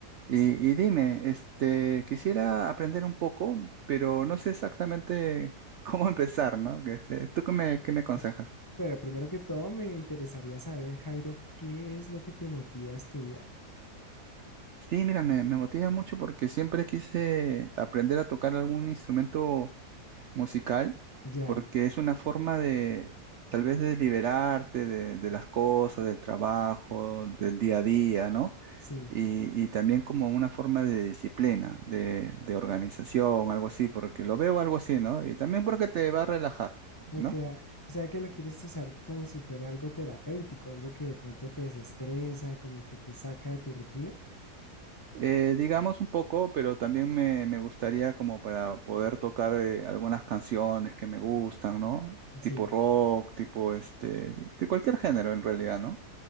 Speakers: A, on the right; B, on the left.
A: Y,
B: sí.
A: y dime, este, quisiera aprender un poco, pero no sé exactamente <laughs> cómo empezar, ¿no? Que se- ¿Tú qué me, qué me aconsejas?
B: <clears throat> Pero primero que todo, me interesaría saber, Jairo, ¿qué es lo que te motiva a estudiar?
A: Sí, mira, me, me motiva mucho porque siempre quise aprender a tocar algún instrumento musical,
B: Ya,
A: porque es una forma de, tal vez, de liberarte de, de las cosas, del trabajo, del día a día, ¿no?
B: sí.
A: y, y también como una forma de disciplina, de, de organización, algo así, porque lo veo algo así, ¿no? Y también porque te va a relajar,
B: Ok,
A: ¿no?
B: ah, o sea que lo quieres usar como si fuera algo terapéutico, algo que de pronto te desestresa, como que te saca de tu rutina.
A: Eh, digamos un poco, pero también me, me gustaría como para poder tocar eh, algunas canciones que me gustan, ¿no? Tipo
B: Sí.
A: rock, tipo este, de de cualquier género en realidad, ¿no?